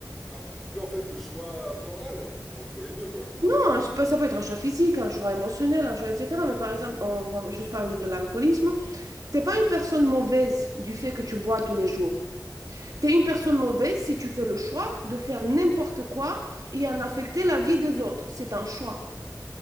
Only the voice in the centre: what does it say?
un un peu en fait de choix moral entre les deux, quoi.